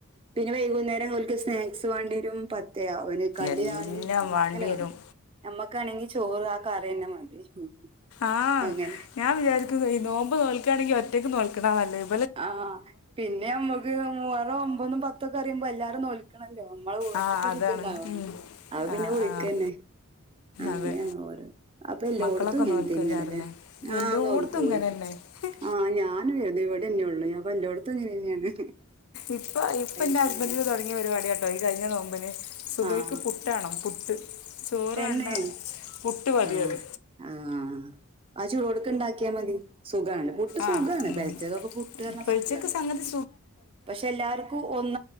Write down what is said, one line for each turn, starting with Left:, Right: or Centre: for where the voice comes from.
Right: പിന്നെ വൈകുന്നേരം ഓൽക്ക് സ്നാക്സ് വേണ്ടി വരും തെ അവന് കടി
Left: എല്ലാം
Right: താണ്ടിരും
Left: വാണ്ടിയരും
Right: അങ്ങനെ വേണ്ട്യരു നമ്മക്കാണെങ്കിൽ ചോറ് ആ കറി ന്നെ മതി <unintelligible>
Left: ആഹ്
Right: അങ്ങനെ
Left: ഞാൻ വിചാരിക്കുന്നു ഈ നോമ്പ് നോൽക്കണെങ്കിൽ ഒറ്റയ്ക്ക് നോൽക്കണ നല്ലത്ത്
Right: ആഹ് പിന്നെ നമ്മക്ക് മൂഹറോ ഒമ്പതും പത്തൊക്കെ അറിയുമ്പോ എല്ലാരും നോൽക്കണ ല്ല നമ്മളെ വീട്ടക്ക
Left: ആഹ് അതാണ്
Right: ഇതുണ്ടാവ
Left: ഉം
Right: അവ പിന്നെ
Left: ആഹ്
Right: വിളിക്കന്നെ
Left: ആഹ്
Right: അങ്ങനെയാണ്
Left: അതെ
Right: ഓരോ അപ്പ എല്ല
Left: മക്കളൊക്കെ
Right: കൊടുത്തു ഇങ്ങനെത്തന്നെയാണല്ലേ
Left: നോൽക്കേക്കാരല്ലേ
Right: ആഹ്നോൽക്കൂ
Left: എല്ലോട്ത്തും ഇങ്ങനെന്നെ
Right: ഓൽക്കൂ ആഹ് ഞാനും എതെ ഇവിടെന്നെ ഉള്ളു അപ്പൊ എല്ലോട്ത്തും ഇങ്ങനെന്നെയാണ്
Left: ഇപ്പൊ ഇപ്പൊ
Right: അയ്ശരി
Left: എന്റെ ഹസ്ബൻറിന് തുടങ്ങിയ പരിപാടിയാട്ടോ ഈ കഴിഞ്ഞ തോമ്പന്െ സുബയ്ക്ക്
Right: ആഹ്
Left: പുട്ടണം പുട്ട് ചോറ്
Right: തന്നെ
Left: വേണ്ട പുട്ട് മതി
Right: ആ
Left: അത്
Right: ആഹ് ആ ചൂടോടൊക്കെ ഇണ്ടാക്കിയാൽ മതി സുഖാണ് പുട്ട് സുഖണ്
Left: ആ ഉം.
Right: പെൽച്ചക്കൊക്കെ പുട്ട് ർഞ
Left: ഇപ്പോഴത്തേക്ക്
Right: സുഖണ്
Left: സംഗതി
Right: പക്ഷെ എല്ലാർക്കുംഒന്ന്